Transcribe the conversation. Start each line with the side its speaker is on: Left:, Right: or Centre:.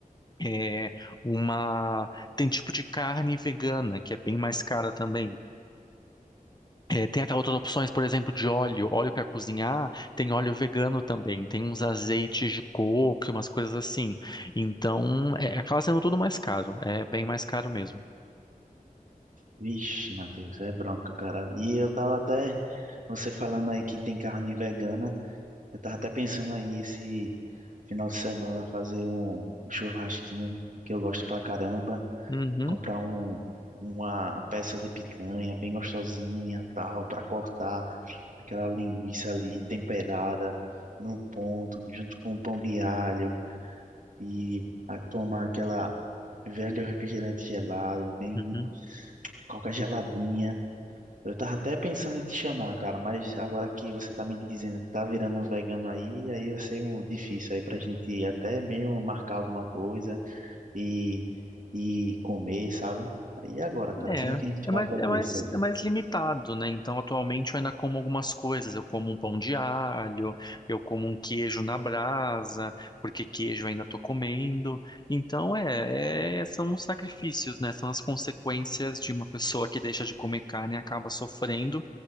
Left: É uma, tem tipo de carne vegana, que é bem mais cara também. É, tem aquelas outras opções, por exemplo, de óleo, óleo para cozinhar, tem óleo vegano também, tem uns azeites de coco, e umas coisas assim. Então, é, acaba sendo tudo mais caro, é bem mais caro mesmo.
Right: Vixe, Matheus, é bronca, cara. E eu tava até. Você falando aí que tem carne vegana. Eu tava até pensando aí esse final de semana fazer um, um churrasquinho que eu gosto pra caramba.
Left: Uhum,
Right: Comprar um, uma peça de picanha bem gostosinha, tal, pra cortar aquela linguiça ali temperada no ponto, junto com o pão de alho. E a- tomar aquela velho refrigerante gelado, bem
Left: uhum.
Right: coca geladinha. Eu tava até pensando em te chamar, cara, mas agora que você tá me dizendo que tá virando um vegano aí, aí vai ser um difícil aí pra gente até mesmo marcar alguma coisa e, e comer, sabe? E agora, cara,
Left: É,
Right: como é que a gente
Left: é
Right: vai
Left: mais,
Right: fazer
Left: é mais,
Right: isso aí?
Left: é mais limitado, né? Então, atualmente eu ainda como algumas coisas. Eu como um pão de alho, eu como um queijo na brasa, porque queijo eu ainda tô comendo. Então, é, é- são os sacrifícios, né? São as consequências de uma pessoa que deixa de comer carne e acaba sofrendo,